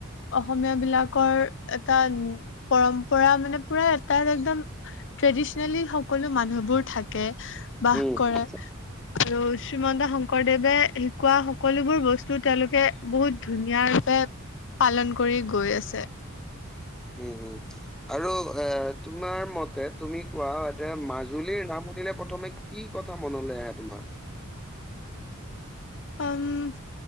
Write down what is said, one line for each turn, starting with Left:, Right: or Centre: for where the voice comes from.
Left: অসমীয়াবিলাকৰ এটা পৰম্পৰা মানে পুৰা এটাৰ একদম ট্ৰেডিছ নেলি সকলো মানুহবোৰ থাকে, বাস
Centre: উম,
Left: কৰে।
Centre: হম,
Left: আৰু শ্ৰীমন্ত শংকৰদেৱে শিকোৱা সকলোবোৰ বস্তু তেওঁলোকে বহুত ধুনীয়াৰূপে পালন কৰি গৈ আছে।
Centre: উম হুম আৰু এ তোমাৰ মতে তুমি কোৱা এতিয়া মাজুলীৰ নাম শুনিলে প্ৰথমে কি কথা মনলৈ আহে তোমাৰ?
Left: আম